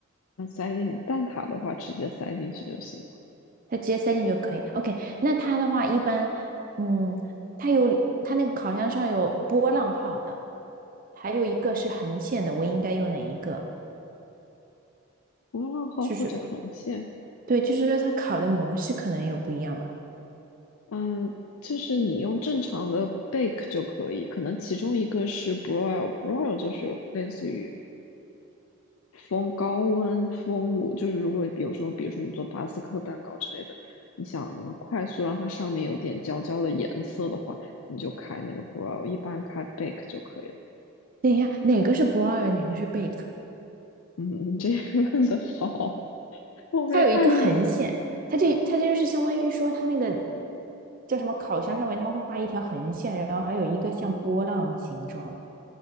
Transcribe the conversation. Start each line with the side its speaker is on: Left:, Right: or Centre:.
Left: 那塞进蛋挞的话，直接塞进去就行了。
Right: 它直接塞进去就可以。OK，那它的话一般，嗯，它有它那个烤箱上有波浪号的，还有一个是横线的，我应该用哪一个？
Left: 波浪号或者横线，
Right: 就是对，就是它烤的模式可能有不一样吧。
Left: 嗯、就是你用正常的 bake 就可以，可能其中一个是 broil，broil 就是类似于。风高温风炉，就是如果比如说，比如说你做巴斯克蛋糕之类的，你想快速让它上面有点焦焦的颜色的话，你就开那个 broil，一般开 bake 就可以了。
Right: 等一下，哪个是 broil，哪个是 bake？
Left: 嗯，你这个问的好，<laughs> 我没看见。
Right: 它有一个横线，它这它就是相当于说它那个叫什么烤箱上面，它会画一条横线，然后还有一个像波浪形状的。